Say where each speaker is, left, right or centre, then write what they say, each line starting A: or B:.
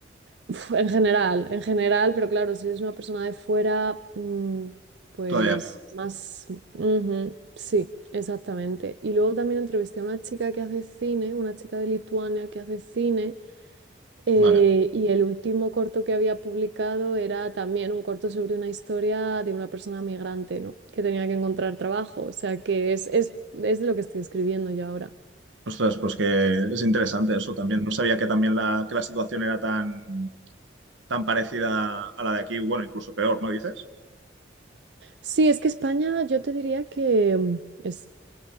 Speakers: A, on the right (about 65°); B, on the right (about 90°).
A: Uf, en general, en general, pero claro, si eres una persona de fuera, mm, pues
B: Todavía peor.
A: más... ujú, sí, exactamente. Y luego también entrevisté a una chica que hace cine, una chica de Lituania que hace cine, eh,
B: Vale.
A: y el último corto que había publicado era también un corto sobre una historia de una persona migrante, ¿no? Que tenía que encontrar trabajo, o sea que es, es, es de lo que estoy escribiendo yo ahora.
B: Ostras, pues que es interesante eso también. No sabía que también la, que la situación era tan, tan parecida a la de aquí, bueno, incluso peor, ¿no dices?
A: Sí, es que España, yo te diría que... mm, es